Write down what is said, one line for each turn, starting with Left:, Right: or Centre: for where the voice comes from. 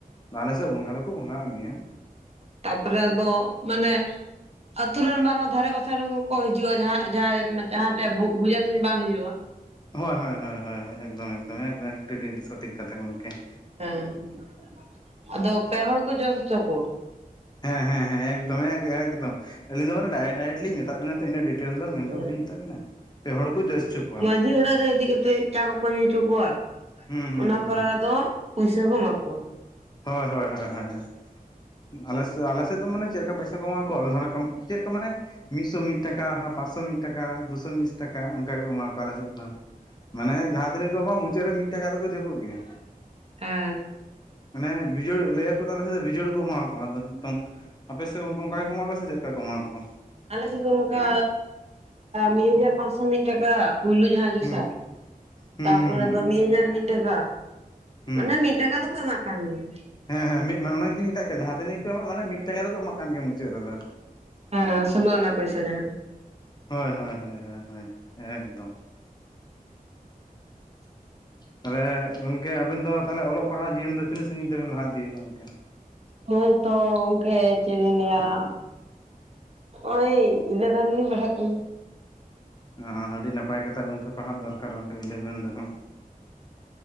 Left: ᱟᱞᱮ ᱥᱮᱫ ᱵᱚᱝᱜᱟ ᱫᱚᱠᱩ ᱵᱚᱝᱜᱟᱜ ᱜᱮᱭᱟ ᱾
Right: ᱛᱟᱨᱯᱚᱨᱮ ᱟᱫᱚ ᱢᱟᱱᱮ ᱾ ᱟᱛᱩ ᱨᱮᱱ ᱵᱟᱝ ᱨᱮᱸᱦᱚ ᱚᱱᱟ ᱫᱷᱟᱨᱮ ᱯᱟᱥᱮ ᱨᱮᱱ ᱠᱚᱠᱚ ᱦᱤᱡᱩᱜᱼᱟ ᱡᱟᱸᱦᱟ ᱡᱟᱸᱦᱟ ᱡᱟᱸᱦᱟᱴᱷᱮᱜ ᱵᱩᱡᱟ ᱛᱩᱧ ᱵᱟᱝ ᱦᱩᱭᱩᱜᱼᱟ ᱾
Left: ᱦᱳᱭ ᱦᱳᱭ ᱦᱳᱭ ᱦᱳᱭ ᱮᱠᱫᱚᱢ ᱮᱠᱫᱚᱢ ᱟᱹᱰᱤ ᱥᱚᱴᱷᱤᱠ ᱠᱟᱛᱷᱟ ᱜᱚᱝᱠᱮ ᱾
Right: <unintelligible> ᱦᱮᱸ ᱟᱫᱚ ᱯᱮ ᱦᱚᱲ ᱠᱚ ᱡᱚᱥ ᱪᱚ ᱠᱚᱣᱟ ᱾
Left: ᱦᱮᱸ ᱦᱮᱸ ᱦᱮᱸ ᱮᱠᱫᱚᱢ ᱮᱠᱫᱚᱢ ᱟᱞᱤᱧ ᱫᱚ ᱢᱟᱱᱮ ᱰᱟᱭᱨᱮᱴᱠ ᱰᱟᱭᱨᱮᱠᱴ ᱞᱤᱧ ᱢᱮᱛᱟᱜ ᱵᱮᱱᱟ ᱛᱚ ᱤᱱᱟᱹᱜ ᱾ ᱴᱮᱞ ᱫᱚ ᱢᱮᱱᱫᱚ
Right: ᱠᱚᱣᱟ
Left: ᱵᱟᱹᱞᱤᱧ
Right: ᱦᱮᱸ
Left: ᱢᱮᱛᱟᱜ ᱵᱤᱱᱟ ᱯᱮ ᱦᱚᱲ ᱠᱚ ᱡᱚᱥ ᱦᱚᱪᱚᱠᱚᱣᱟ ᱾
Right: ᱡᱷᱤᱭ ᱚᱲᱟᱜ ᱨᱮ ᱤᱫᱤ ᱠᱟᱛᱮᱜ ᱾ ᱪᱟ ᱠᱚᱠᱚ ᱧᱩ ᱪᱚ ᱠᱚᱣᱟ
Left: ᱦᱩᱸ ᱦᱩᱸ
Right: ᱚᱱᱟ ᱯᱚᱨᱮ
Left: ᱦᱩᱸ
Right: ᱟᱫᱚ ᱯᱩᱭᱥᱟᱹ ᱠᱚ ᱮᱢᱟ ᱠᱚᱣᱟ ᱾
Left: ᱦᱳᱭ ᱦᱳᱭ ᱦᱳᱭ ᱦᱳᱭ ᱦᱳᱭ ᱾ ᱟᱞᱮ ᱥᱮ ᱟᱞᱮ ᱥᱮᱫ ᱫᱚ ᱢᱟᱱᱮ ᱪᱮᱫ ᱞᱮᱠᱟ ᱯᱚᱭᱥᱟ ᱠᱚ ᱮᱢᱟ ᱟᱠᱚᱣᱟ ᱪᱮᱠᱟ ᱢᱟᱱᱮ ᱾ ᱢᱤᱫᱥᱚ ᱢᱤᱫᱴᱟᱠᱟ ᱯᱟᱸᱥᱥᱚ ᱢᱤᱫ ᱴᱟᱠᱟ ᱫᱩᱥᱳ ᱵᱤᱥ ᱴᱟᱠᱟ ᱚᱝᱠᱟ ᱜᱮᱠᱚ ᱮᱢᱟᱣᱟ ᱠᱚᱣᱟ ᱟᱞᱮᱥᱮᱫ ᱫᱚ ᱢᱟᱱᱮ ᱡᱟᱦᱟᱸ ᱛᱤᱱᱟᱹᱜ ᱠᱚ ᱮᱢᱚᱜᱼᱟ ᱢᱩᱪᱟᱹᱫ ᱨᱮ ᱢᱤᱫᱴᱟᱠᱟ ᱫᱚ ᱠᱚ ᱡᱳᱠᱚᱜ ᱜᱮᱭᱟ
Right: ᱦᱮᱸ
Left: ᱢᱟᱱᱮ ᱵᱤᱡᱳᱲ ᱞᱟᱹᱭᱟᱠᱚ ᱛᱟᱞᱮ ᱵᱤᱡᱳᱲ ᱠᱚ ᱮᱢᱟᱣᱟ ᱠᱚᱣᱟ ᱟᱫᱚ ᱛᱚᱝ ᱟᱯᱮ ᱥᱮᱫ ᱜᱚᱝᱠᱮ ᱚᱱᱠᱟ
Right: ᱦᱮᱸ
Left: ᱜᱮ ᱠᱚ ᱮᱢᱟ ᱠᱚᱣᱟ ᱥᱮ ᱪᱮᱫ ᱞᱮᱠᱟ ᱠᱚ ᱮᱢᱟ ᱠᱚᱣᱟ
Right: ᱟᱞᱮ ᱥᱮᱫ ᱫᱚ ᱚᱝᱠᱟ ᱢᱤᱫ ᱦᱟᱡᱟᱨ ᱯᱟᱸᱥᱥᱚ ᱢᱤᱫ ᱴᱟᱠᱟ ᱯᱩᱭᱞᱩ ᱡᱟᱦᱟᱸ ᱡᱚᱥᱟ
Left: ᱦᱩᱸ ᱦᱩᱸ
Right: ᱛᱟᱯᱚᱨᱮ
Left: ᱦᱩᱸ ᱦᱩᱸ
Right: ᱫᱚ ᱢᱤᱫ ᱦᱟᱡᱟᱨ ᱢᱤᱫ ᱴᱟᱠᱟ
Left: ᱦᱩᱸ
Right: ᱢᱟᱱᱮ ᱢᱤᱫᱴᱟᱠᱟ ᱫᱚᱠᱚ ᱮᱢᱟᱜ ᱠᱟᱱ ᱜᱤᱭᱟ
Left: ᱦᱮᱸ ᱦᱮᱸ ᱢᱤᱫ ᱚᱱᱟᱜᱤᱧ ᱢᱮᱛᱟᱜ ᱠᱟᱱᱟ ᱡᱟᱦᱟᱸ ᱛᱤᱱᱟᱹᱜ ᱜᱮ ᱮᱢᱟᱜ ᱢᱟᱱᱮ ᱢᱤᱫ ᱴᱟᱠᱟ ᱫᱚᱠᱚ ᱮᱢᱟᱜ ᱠᱟᱱ ᱜᱮᱭᱟ ᱢᱩᱪᱟᱹᱫ ᱨᱮᱫᱚ
Right: ᱦᱮᱸ ᱥᱳᱞᱳ ᱟᱱᱟ ᱯᱚᱭᱥᱟ ᱡᱟᱦᱟᱸ
Left: ᱦᱳᱭ ᱦᱳᱭ ᱦᱳᱭ ᱦᱳᱭ ᱦᱳᱭ ᱮᱠᱫᱚᱢ ᱾ ᱛᱟᱦᱚᱞᱮ ᱜᱚᱝᱠᱮ ᱟᱵᱮᱱ ᱫᱚ ᱛᱟᱦᱚᱞᱮ ᱚᱞᱚᱜ ᱯᱟᱲᱦᱟᱜ ᱡᱤᱭᱚᱱ ᱫᱚ ᱛᱤᱱᱟᱹᱜ ᱥᱟᱺᱜᱤᱧ ᱛᱮᱵᱮᱱ ᱞᱟᱦᱟ ᱤᱫᱤᱠᱟᱫᱟ ᱜᱚᱝᱠᱮ ᱾
Right: ᱦᱳᱭ ᱛᱚ ᱜᱚᱝᱠᱮ ᱪᱮᱜ ᱤᱧ ᱞᱟᱹᱭᱟ ᱚᱭ ᱤᱞᱮᱵᱷᱮᱱ ᱨᱤᱧ ᱯᱟᱲᱦᱟᱜ ᱠᱟᱱᱟ
Left: ᱚ ᱟᱹᱰᱤ ᱱᱟᱯᱟᱭ ᱠᱟᱛᱷᱟ ᱜᱚᱝᱠᱮ ᱯᱟᱲᱦᱟᱜ ᱫᱚᱨᱠᱟᱨ ᱤᱞᱮᱵᱷᱮᱱ ᱨᱮᱦᱚᱸ